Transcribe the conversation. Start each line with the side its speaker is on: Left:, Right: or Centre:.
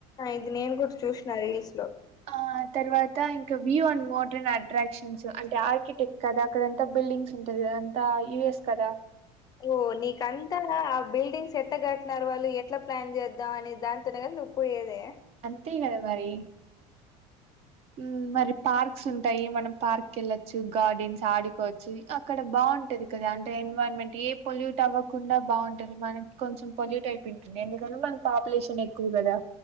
Left: ఇది నేను కూడా చూసిన రీల్స్ లో.
Right: ఆ తర్వాత ఇంకా view and motor and attractions అంటే ఆర్కిటెక్ట్ కదా అక్కడంతా బిల్డింగ్స్ ఉంటాయి. కదాంతా యుఎస్ కదా.
Left: ఓ నీకంతా ఆ బిల్డింగ్స్ ఎట్లా కట్నారు వాళ్ళు ఎట్లా ప్లాన్ చేద్దాం అని దానితోనే కదా. నువ్వు పోయేదే.
Right: తిన్నారా మరి. ఉమ్ మరి. పార్క్స్ ఉంటాయి మనం పార్క్ వెళ్లొచ్చు గార్డెన్స్ ఆడుకోవచ్చు అక్కడ బాగుంటది కదా అంటే. ఎన్వరాన్మెంట్ ఏ పొల్యూట్ అవ్వకుండా బాగుంటుంది మనకి కొంచెం పొల్యూట్ అయిపోయి ఉంటుంది ఎందుకంటే మన పాపులేషన్. షక్కు కద